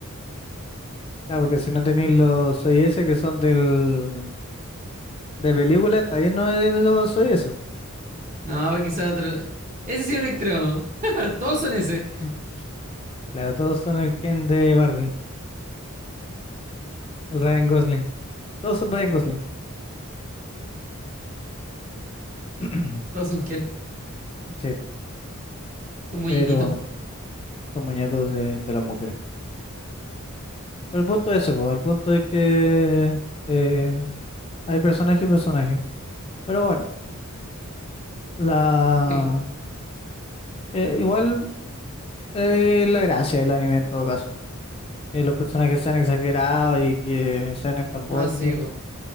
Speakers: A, on the left; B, on the right.
A: Claro que si no tenéis los OIS que son del, de película, está bien no es los OIS.
B: No, que sea otra- Ese sí es un extremo. <laughs> Todos son ese.
A: Mm, Claro, todos son el Ken de Barbie, el Ryan Gosling. Todos son Ryan Gosling. <clears throat>
B: Todos son quién.
A: Sí,
B: Son muñequitos.
A: pero son muñecos de, de las mujeres. Pero el punto es ese, po, el punto es que eh, hay personaje y personaje. Pero bueno, la
B: Sí.
A: eh, igual eh, la gracia del anime en todo caso. Que los personajes sean exagerados y que sean estrambóticos.
B: Ah, sí, po.